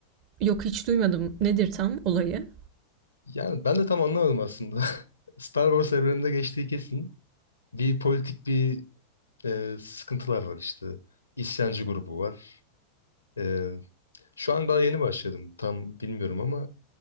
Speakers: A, on the right; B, on the left.
A: Yok, hiç duymadım. Nedir tam olayı?
B: Yani ben de tam anlamadım aslında. <laughs> Star Wars evreninde geçtiği kesin. Bir politik bir e, sıkıntılar var işte. İsyancı grubu var. E, şu an daha yeni başladım. Tam bilmiyorum ama